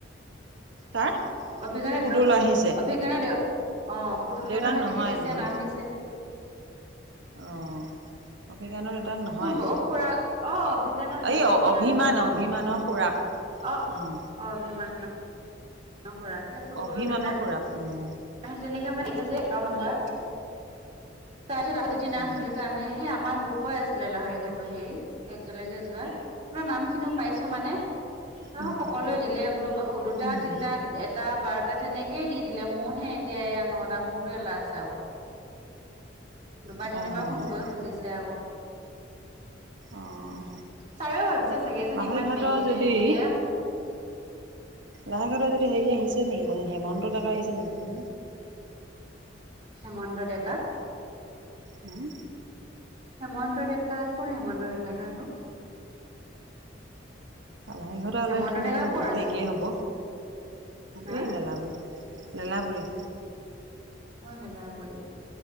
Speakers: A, on the right; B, on the right.
A: তাৰ
B: অভিজ্ঞান-
A: পুতুল
B: অভিজ্ঞানৰ
A: আহিছে
B: দেউ অ'। পুতুলেটো
A: দেউতাক
B: সেনেকে
A: নহয়
B: দিছে,
A: নহয়
B: নাম দিছে।
A: অ'। অভিজ্ঞানৰ দেউতাক নহয়।
B: কোনটো অ খুৰা অ অভিজ্ঞানৰ হেৰিহে
A: এই
B: পুৰ্ণানন্দহে
A: অভিমান অভিমানৰ
B: ন
A: খুৰাক
B: অ, অ,
A: উম
B: অভিমানৰ খুৰাক, সেই, পুতুল
A: অভিমানৰ
B: ডেকাই
A: খুৰাক উম,
B: তেনেকে মানে দিছে যে, একাউণ্ট নাম্বাৰ তাৰপাছত মুক্তি
A: উম
B: নাথ বুলি কয়, আমি সেই আমাৰ গ্ৰুপই আছিলে লাহৰি ঘাটৰ হেৰি একেলগে যোৱা। আপোনাৰ নাম খিনিও পাইছোঁ মানে আৰু
A: উম উম
B: সকলোৱে দিলে বোলো দুটা,
A: উম
B: তিনিটা টা, বাৰটা তেনেকে দি দিলে মোৰ হে, এতিয়া এয়া ন, এটা মোৰতোৰে লাষ্ট আৰু। দুবাৰ, তিনিবাৰ
A: অ'
B: ফোন কৰি খুজিছে আকৌ।
A: অ'
B: ছাৰেও, ভাবিছে চাগে এজনী
A: লাহৰি
B: ইমান
A: ঘাটৰ
B: বেঙিনে
A: যদি
B: তেতিয়া
A: লাহৰি ঘাটৰ যদি হেৰি আহিছে নেকি, হেমন্ত ডেকা আহিছে নেকি?
B: হেমন্ত ডেকা?
A: উম,
B: হেমন্ত ডেকা, কোন হেমন্ত ডেকা জানো?
A: লাহৰি ঘাটৰ হ'লে
B: হেমন্ত
A: তোমালোকৰ
B: ডেকা
A: গ্ৰুপটো
B: ক'ৰ আছিল?
A: একেই হ'ব
B: হা
A: এই, লেলাবৰি, লেলাবৰি
B: অ, লেলাবৰি